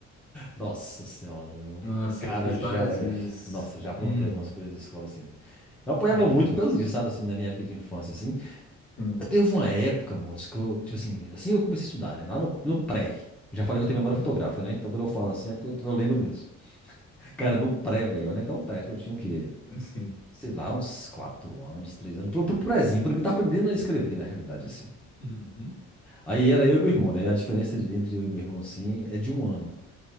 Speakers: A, in the centre; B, on the left.
A: Nossa senhora, viu?
B: Nossa,
A: Cara,
B: eu fiz
A: já.
B: várias
A: eh,
B: vezes.
A: Nossa, já aprontei
B: Uhum.
A: algumas coisas na escola assim. Eu apanhava
B: Não,
A: muito por causa disso, sabe, assim, na minha época de infância, assim.
B: sim.
A: Eu teve uma época, moço, que eu, tipo assim, assim que eu comecei a estudar, né? Lá no, no pré. Eu Já falei que eu tenho memória fotográfica, né? Então quando eu falo assim é porque eu, eu lembro mesmo. Cara,
B: Hum,
A: no pré, velho, olha que tá o pré, acho que eu tinha o quê?
B: Assim.
A: Sei lá, uns quatro anos, três anos. Pro, pro prézinho, pra mim tá aprendendo a escrever, na realidade, assim.
B: Uhum.
A: Aí era eu e meu irmão, né? A diferença entre eu e meu irmão, assim, é de um ano,